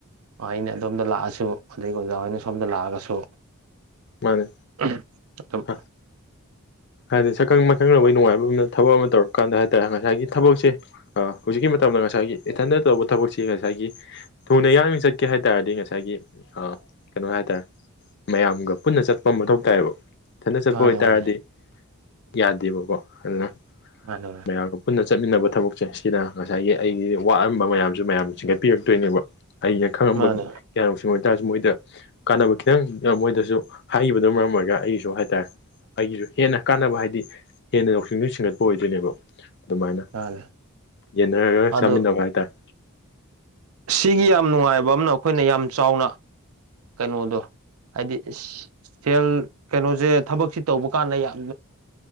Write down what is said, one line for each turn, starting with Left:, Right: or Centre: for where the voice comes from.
Right: ꯑꯩꯅ ꯑꯗꯣꯝꯗ ꯂꯥꯛꯑꯁꯨ ꯑꯗꯒꯤ ꯑꯣꯖꯥ ꯍꯣꯏꯅ ꯁꯣꯝꯗ ꯂꯥꯛꯑꯒꯁꯨ
Left: ꯃꯥꯅꯦ
Right: ꯑ
Left: ꯑꯥ ꯍꯥꯏꯗꯤ ꯁꯛꯈꯪ ꯃꯥꯏꯈꯪꯕꯒꯤ ꯅꯨꯡꯉꯥꯏꯕ ꯑꯃ ꯊꯕꯛ ꯑꯃ ꯇꯧꯔꯀꯥꯟꯗ ꯍꯥꯏꯇꯥꯔꯦ ꯉꯁꯥꯏꯒꯤ ꯊꯕꯛꯁꯦ ꯍꯧꯖꯤꯛꯀꯤ ꯃꯇꯝꯗ ꯉꯁꯥꯏꯒꯤ ꯏꯊꯟꯗ ꯇꯧꯕ ꯊꯕꯛꯁꯤ ꯉꯁꯥꯏꯒꯤ ꯊꯨꯅ ꯌꯥꯡꯅ ꯆꯠꯀꯦ ꯍꯥꯏ ꯇꯥꯔꯗꯤ ꯉꯁꯥꯏꯒꯤ ꯀꯩꯅꯣ ꯍꯥꯏꯇꯥꯔꯦ ꯃꯌꯥꯝꯒ ꯄꯨꯟꯅ ꯆꯠꯄ ꯑꯃ ꯃꯊꯧ ꯇꯥꯏꯕ ꯏꯊꯟꯗ ꯆꯠꯄ
Right: ꯃꯥꯅꯦ
Left: ꯑꯣꯏꯇꯥꯔꯗꯤ
Right: ꯃꯥꯅꯦ
Left: ꯌꯥꯗꯦꯕꯀꯣ ꯑꯗꯨꯅ
Right: <unintelligible>
Left: ꯃꯌꯥꯝꯒ ꯄꯨꯟꯅ ꯆꯠꯃꯤꯟꯅꯕ ꯊꯕꯛꯁꯦ ꯁꯤꯅ ꯉꯁꯥꯏꯒꯤ ꯑꯩꯒꯤ ꯋꯥꯠꯔꯝꯕ ꯃꯌꯥꯝꯁꯨ ꯃꯌꯥꯝꯅ ꯆꯤꯡꯈꯠꯄꯤꯔꯛꯇꯣꯏꯅꯦꯕ ꯑꯩꯅ ꯈꯪꯉꯝꯕ
Right: ꯃꯥꯅꯦ
Left: ꯀꯒ꯭ꯌꯥꯅꯣꯛꯁꯤꯡ ꯑꯣꯏꯇꯥꯥꯔꯁꯨ ꯃꯣꯏꯗ ꯀꯥꯟꯅꯕ ꯈꯤꯇꯪ ꯃꯣꯏꯗꯁꯨ ꯍꯥꯏꯕꯅ ꯃꯔꯝ ꯑꯣꯏꯔꯒ ꯑꯩꯒꯤꯁꯨ ꯍꯥꯏꯇꯥꯔꯦ ꯑꯩꯒꯤꯁꯨ ꯍꯦꯟꯅ ꯀꯥꯟꯅꯕ ꯍꯥꯏꯗꯤ ꯍꯦꯟꯅ ꯂꯧꯁꯤꯡꯗꯨ ꯁꯤꯡꯒꯠꯄ ꯑꯣꯏꯗꯣꯏꯅꯦꯕ ꯑꯗꯨꯃꯥꯏꯅ
Right: ꯃꯥꯅꯦ
Left: ꯌꯦꯟꯅꯔꯒ
Right: ꯑꯗꯣ
Left: ꯆꯥꯃꯤꯟꯅꯕ ꯍꯥꯏꯇꯥꯔꯦ
Right: ꯁꯤꯒꯤ ꯌꯥꯝ ꯅꯨꯡꯉꯥꯏꯕ ꯑꯃꯅ ꯑꯩꯈꯣꯏꯅ ꯌꯥꯝ ꯆꯥꯎꯅ ꯀꯩꯅꯣꯗꯣ ꯍꯥꯏꯗꯤ ꯏꯁ ꯁꯦꯜ ꯀꯩꯅꯣꯁꯦ ꯊꯕꯛꯁꯦ ꯇꯧꯕ ꯀꯥꯟꯗ ꯌꯥꯝ